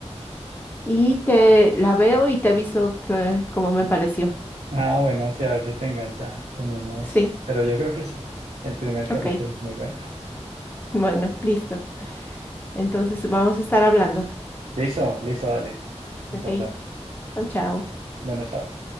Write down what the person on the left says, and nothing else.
Y te la veo y te aviso que, cómo me pareció.
Sí,
ok.
Bueno, listo. Entonces vamos a estar hablando.
Ok,
chao, chao.